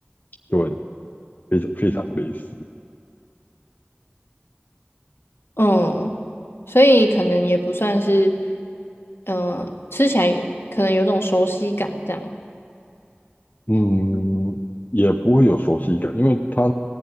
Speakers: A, on the left; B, on the left.
A: 就很。非常非常类似，
B: 嗯，所以可能也不算是，嗯、吃起来可能有种熟悉感这样。
A: 嗯，也不会有熟悉感，因为它